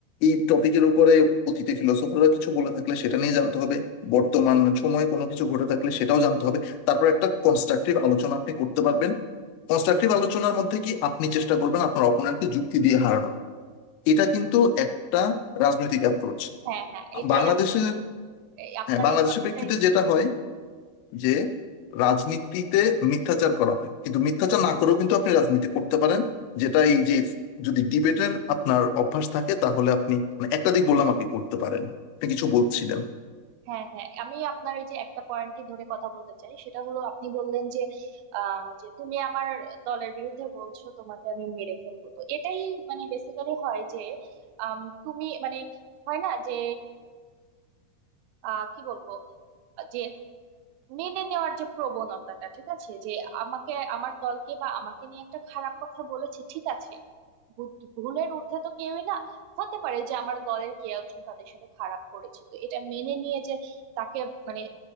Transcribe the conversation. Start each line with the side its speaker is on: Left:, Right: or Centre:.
Left: এই টপিকের উপরে অতীতে ফিলোসফাররা কিছু বলে থাকলে সেটা নিয়ে জানতে হবে বর্তমান সময়ে কোনো কিছু ঘটে থাকলে সেটাও জানতে হবে তারপর একটা কনস্ট্রাকটিভ আলোচনা আপনি করতে পারবেন কনস্ট্রাকটিভ আলোচনার মধ্যে কি আপনি চেষ্টা করবেন আপনার অপোনেন্টকে যুক্তি দিয়ে হারানোর এটা কিন্তু একটা রাজনৈতিক অ্যাপ্রোচ
Right: হ্যাঁ হ্যাঁ এটাই
Left: বাংলাদেশের
Right: আমি এই আপনার
Left: হ্যাঁ বাংলাদেশের
Right: এই কথাটাই
Left: প্রেক্ষিতে যেটা হয় যে রাজনীতিতে মিথ্যাচার করা হয় কিন্তু মিথ্যাচার না করেও কিন্তু আপনি রাজনীতি করতে পারেন যেটা এই যে যদি ডিবেটের আপনার অভ্যাস থাকে তাহলে আপনি মানে একাধিক বললাম আপনি করতে পারেন আপনি কিছু বলছিলেন
Right: হ্যাঁ হ্যাঁ আমি আপনার ওই যে একটা পয়েন্টই ধরে কথা বলতে চাই সেটা হলো আপনি বললেন যে আহ, যে তুমি আমার দলের বিরুদ্ধে বলছো তোমাকে আমি মেরে ফেলবো তো এটাই মানে বেসিক্যালি হয় যে আম, তুমি মানে হয় না যে আহ, কি বলবো যে মেনে নেওয়ার যে প্রবণতাটা ঠিক আছে যে আমাকে আমার দলকে বা আমাকে নিয়ে একটা খারাপ কথা বলেছে ঠিক আছে ভু- ভুলের ঊর্ধ্বে তো কেউই না হতে পারে যে আমার দলের কে একজন তাদের সাথে খারাপ করেছে তো এটা মেনে নিয়ে যে তাকে মানে